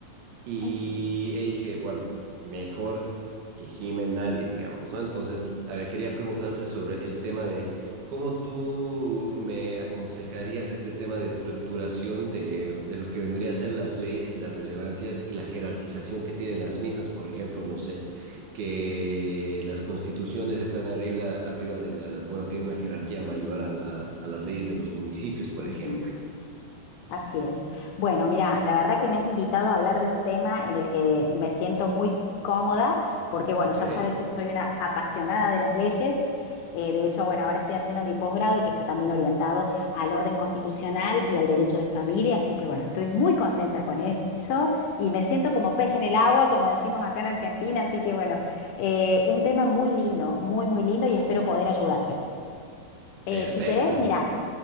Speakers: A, on the right (about 80°); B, on the left (about 75°).
A: Y
B: Ujú,
A: e dije, bueno, mejor que gime nadie, digamos, ¿no? Entonces, a ver, quería preguntarte sobre el tema de cómo tú me aconsejarías este tema de estructuración de, de lo que vendría a ser las leyes y las relevancias y la jerarquización que tienen las mismas, por ejemplo, no sé, que las constituciones están arriba, arriba de la, bueno, tiene una jerarquía mayor a las, a las leyes de los municipios, por
B: ujú.
A: ejemplo,
B: Así es. Bueno, mira, la verdad que me has invitado a hablar de un tema en el que me siento muy cómoda, porque bueno,
A: ¿ok?
B: ya sabes que soy una apasionada de las leyes. Eh, de hecho, bueno, ahora estoy haciendo mi posgrado, que está también orientado al orden constitucional y al derecho de familia, así que bueno, estoy muy contenta con eso y me siento como pez en el agua, como decimos acá en Argentina, así que bueno, eh, un tema muy lindo, muy, muy lindo y espero poder ayudarte. Eh,
A: Perfecto,
B: si querés, mira.